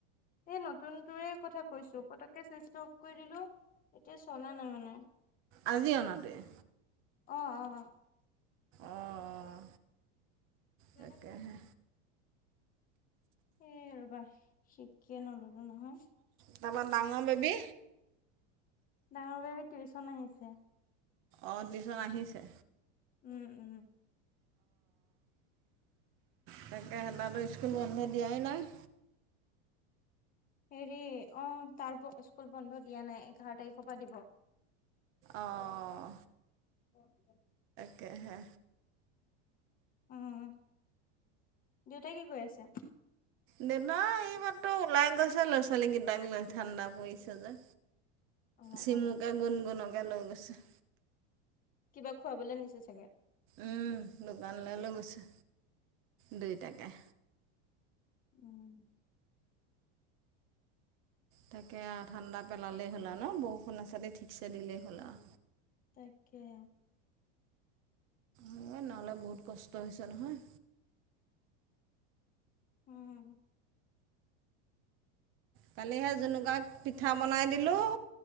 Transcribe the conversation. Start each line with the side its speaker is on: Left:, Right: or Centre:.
Left: এই নতুনটোৰেই কথা কৈছোঁ, পতককে চুইছটো অফ কৰি দিলো এতিয়া চলা নাই মানে।
Right: আজি অনাটোৱেই?
Left: অ', অ'।
Right: অঁ
Left: <unintelligible> নালাগে,
Right: তাকেহে
Left: হ'ব। এই ৰ'বা, শিকি নল'লো নহয়।
Right: তাৰপৰা ডাঙৰ বেবী
Left: ডাঙৰ বেৱীৰ টিউচন আহিছে।
Right: অ', টিউচন আহিছে।
Left: উম উম।
Right: তাকেহে, তাহাতৰ স্কুল বন্ধ দিয়াই নাই।
Left: হেৰি অ', তাৰ স্কুল বন্ধ দিয়া নাই, এঘাৰ তাৰিখৰ পৰা দিব। অ',
Right: অঁ
Left: অ'।
Right: <unintelligible> কেহে।
Left: উম, দেউতাই কি কৰি আছে?
Right: দেউতাই এইমাত্ৰ ওলাই গৈছে ল'ৰা ছোৱালীকেইটাক লৈ, ঠাণ্ডা পৰিছে যে।
Left: অ
Right: চিমুকে
Left: অ
Right: গুনগুনকে লৈ গৈছে।
Left: কিবা খুৱাবলৈ নিছে চাগে।
Right: উম, দোকানলৈ লৈ গৈছে, দুইটাকেই।
Left: উম।
Right: তাকে আৰু, ঠাণ্ডা পেলালেই হ'ল আৰু ন, বৰষুণ এচাটি ঠিকচে দিলেই হ'ল আও।
Left: তাকেহে।
Right: নহ'লে বহুত কষ্ট হৈছে নহয়।
Left: উম।
Right: কালি সেই জুনুকাক পিঠা বনাই দিলো।